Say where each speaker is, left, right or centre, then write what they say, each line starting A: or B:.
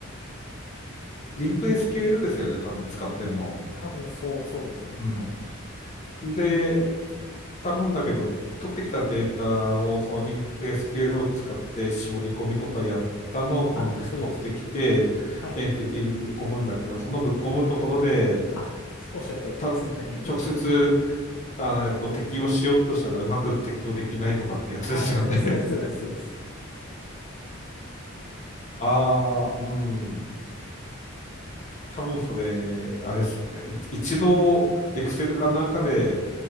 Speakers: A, on the left (about 35°); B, on the left (about 65°).
A: リンク SQL ですよね。多分使ってんの。
B: 多分そう、そうですね。
A: うん。
B: はい。
A: で、多分だけど、取ってきたデータをそのリンクエスケーエルを使って絞り込みとかやったのを今度取ってきて、
B: あ、そうです。はい。
A: エンティティにぶっ込むんだけど、そのぶっ込むところで、
B: あ、おっしゃる通りです。
A: 多分直接、
B: はい。
A: あの、えっと、適用しようとしたらうまく適用できないとかってやつですよね。
B: <laughs> あ、そう、
A: <laughs>
B: <laughs> そうです、そうです。そうです
A: ああ、うん。多分それ、あれですね。い一度、Excel かなんかで、